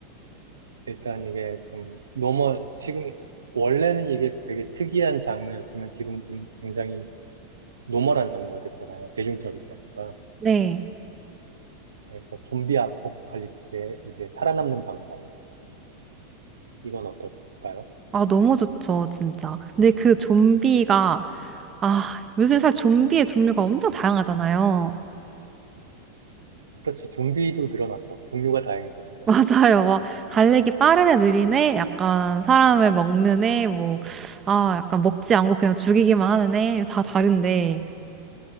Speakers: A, on the right; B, on the right.
A: 일단 이게 좀 노멀, 지금, 원래는 이게 되게 특이한 장르였지만 지금은 좀 굉장히 노멀한 장르가 됐잖아요. 대중적인 장르가.
B: 네.
A: 그래서 좀비 아포칼립스의 이제 살아남는 방법. 이건 어떨까요?
B: 아, 너무 좋죠, 진짜. 근데 그 좀비가 아, 요즘 살 좀비의 종류가 엄청 다양하잖아요.
A: 그렇죠. 좀비도 늘어났어. 종류가 다양해졌어요.
B: <laughs> 맞아요.
A: 이제.
B: 막, 달리기 빠른 애, 느린 애, 약간 사람을 먹는 애, 뭐, 아, 약간 먹지 않고 그냥 죽이기만 하는 애, 다 다른데.